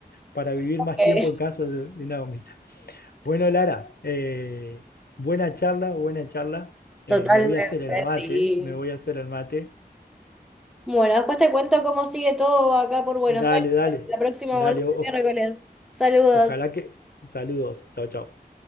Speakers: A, on the left; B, in the centre.
A: para vivir
B: ok.
A: más tiempo en casa de, de Naomi. Bueno, Lara, eh, buena charla, buena charla. Eh,
B: Totalmente,
A: me voy a hacer el mate,
B: sí.
A: me voy a hacer el mate.
B: Bueno, después te cuento cómo sigue todo acá por Buenos
A: Dale,
B: Aires
A: dale,
B: la próxima
A: dale.
B: martes
A: o-
B: y
A: o-
B: miércoles. Saludos.
A: ojalá que... Saludos. Chao, chao.